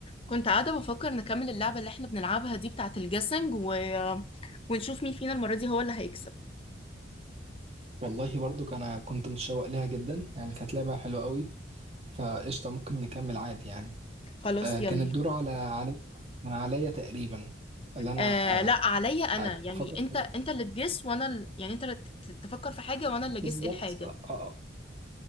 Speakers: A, on the left (about 30°); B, on the right (about 35°).
A: كنت قاعدة بفكر نكمل اللعبة اللي احنا بنلعبها دي بتاعة الجيسنج و... ونشوف مين فينا المرة دي هو اللي هيكسب
B: والله برضو انا كنت متشوق لها جدا يعني كانت لعبة حلوة قوي فقشطة ممكن نكمل عادي يعني
A: خلاص
B: آه كان
A: يلا
B: الدور على علي من عليا تقريبا اللي انا
A: آه
B: آه
A: لا عليا انا
B: أج-
A: يعني
B: افكر
A: انت
B: طبعا
A: انت اللي تجس وانا ال... يعني انت اللي ت- ت- تفكر في حاجة وانا اللي جس
B: بالظبط
A: الحاجة
B: آه آه،